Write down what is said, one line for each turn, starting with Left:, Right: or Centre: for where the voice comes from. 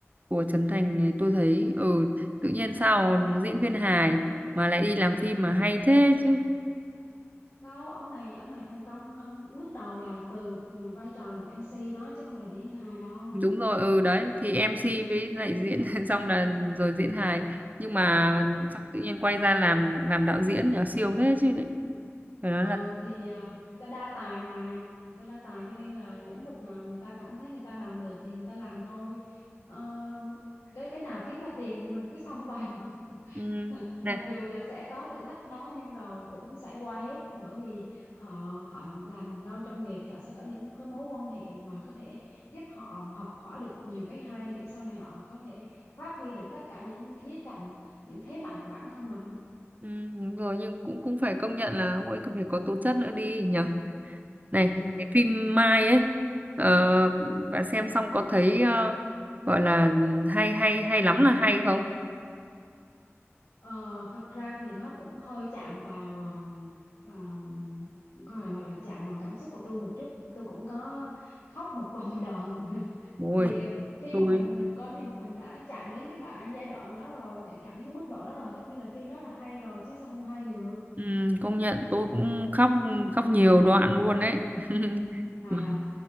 Right: của Trấn Thành này tôi thấy ừ tự nhiên sao diễn viên hài mà lại đi làm phim mà hay thế chứ.
Left: đâu ông này ông này thành công ờ, bước đầu là từ ờ, vai trò là một MC đó chứ không phải là diễn viên hài đâu
Right: Đúng rồi ừ đấy thì MC với lại diễn <laughs> xong là rồi diễn hài nhưng mà xong tự nhiên quay ra làm làm đạo diễn là siêu thế chứ lại phải nói
Left: ừ
Right: là
Left: thì à, người ta đa tài mà người ta đa tài cho nên là lĩnh vực nào người ta cảm thấy người ta làm được thì người ta làm thôi Ờ, cái cái nào kiếm ra tiền thì mình cứ xông vào
Right: ừ,
Left: <laughs>
Right: này
Left: mặc dù là sẽ có thử thách đó nhưng rồi cũng sẽ qua hết bởi vì họ họ làm lâu trong nghề thì họ sẽ có những cái mối quan hệ mà có thể giúp họ học hỏi được nhiều cái hay để sau này họ có thể phát huy được tất cả những khía cạnh những thế mạnh của bản thân mình
Right: ừ, đúng rồi nhưng cũng cũng phải công nhận là ông ấy cần phải có tố chất nữa đi nhỉ Này,
Left: ừ.
Right: cái phim Mai ấy, ờ, bà xem xong có thấy ờ, gọi là ừ, hay hay hay lắm là hay không?
Left: Ờ, thật ra thì nó cũng hơi chạm vào ờ, ờm, gọi là, gọi là chạm vào cảm xúc của tôi một chút tôi cũng có khóc một vài đoạn <laughs>
Right: Ôi,
Left: thì ờ, khi
Right: tôi
Left: mà mình mình coi phim mà mình đã chạm đến cái đoạn giai đoạn đó rồi để chạm đến cái mức độ đó rồi tất nhiên là phim đó là hay rồi chứ sao không hay được
Right: ừm, công nhận tôi cũng khóc khóc nhiều đoạn luôn đấy. <laughs>
Left: à
Right: Mà